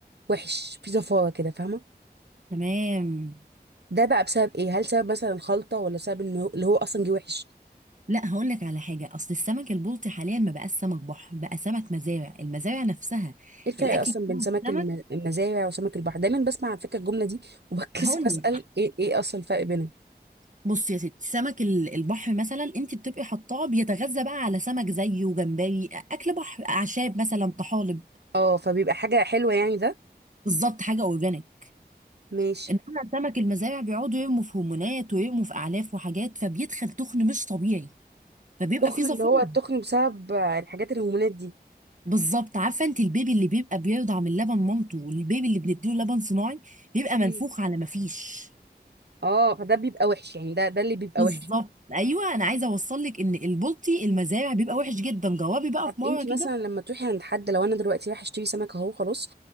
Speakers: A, on the right; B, on the right.
A: وحش في زفاره كده فاهمه
B: تمام
A: ده بقى بسبب ايه هل سبب مثلا الخلطه ولا سبب انه اللي هو اصلا جه وحش
B: لا هقول لك على حاجه اصل السمك البلطي حاليا ما بقاش سمك بحر بقى سمك مزارع المزارع نفسها
A: ايه الفرق
B: الاكل
A: اصلا
B: بتاع
A: بين سمك
B: السمك
A: الم- المزارع وسمك البحر دايما بسمع على فكره الجمله دي <laughs> وبتكسف
B: هقول
A: اسال
B: لك
A: ايه ايه اصلا الفرق بينهم
B: بص يا ستي سمك ال- البحر مثلا انت بتبقي حطاه بيتغذى بقى على سمك زيه جمبري اكل بحر اعشاب مثلا طحالب
A: اه فبيبقى حاجه حلوه يعني ده
B: بالظبط حاجه اورجانيك
A: ماشي
B: انما سمك المزارع بيقعدوا يرموا في هرمونات ويرموا في اعلاف وحاجات فبيدخل تخن مش طبيعي فبيبقى
A: تخن
B: فيه زفاير
A: اللي هو التخن بسبب آه، الحاجات الهرمونات دي
B: بالظبط عارفه انت البيبي اللي بيبقى بيرضع من لبن مامته والبيبي اللي بنديله لبن صناعي بيبقى منفوخ
A: مم.
B: على ما فيش
A: اه فده بيبقى وحش يعني ده ده اللي بيبقى
B: بالظبط
A: وحش
B: ايوه انا عايزه اوصل لك ان البلطي المزارع بيبقى وحش جدا جوابي بقى
A: طب
B: في مره
A: انتي
B: كده
A: مثلا لما تروحي عند حد لو انا دلوقتي رايحه اشتري سمك اهو خلاص